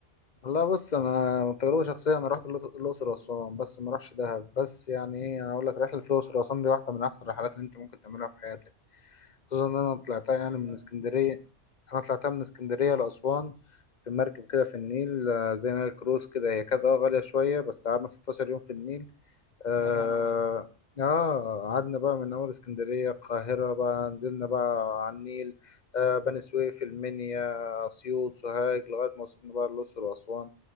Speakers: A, on the left; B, on the right.
A: والله بص انا من تجربه شخصيه انا رحت الأقص- الاقصر واسوان بس ما رحتش دهب بس يعني ايه انا اقول لك رحله الاقصر واسوان دي واحده من احسن الرحلات اللي انت ممكن تعملها في حياتك خصوصا ان انا طلعتها يعني
B: ايه
A: من
B: بقى
A: اسكندريه انا طلعتها من اسكندريه لاسوان في مركب كده في النيل آه، زي نايل كروز كده هي كانت اه غاليه شويه بس قعدنا 16 يوم في النيل آه
B: يا نهار ابيض
A: آه قعدنا بقى من أول اسكندرية القاهرة بقى نزلنا بقى على النيل آه بني سويف المنيا أسيوط سوهاج لغاية ما وصلنا بقى الأقصر وأسوان